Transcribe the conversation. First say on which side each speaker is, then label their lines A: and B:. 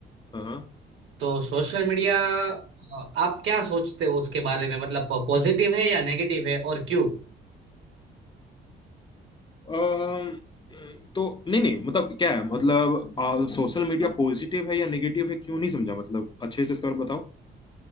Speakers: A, on the left; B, on the right.
A: हाँ हाँ।
B: तो सोशल मीडिया आप क्या सोचते हो उसके बारे में मतलब पॉजिटिव है या नेगेटिव है और क्यों
A: अम्म, तो नहीं नहीं मतलब क्या है मतलब सोशल मीडिया पॉजिटिव है या नेगेटिव है क्यों नहीं समझा मतलब अच्छे से इस पर बताओ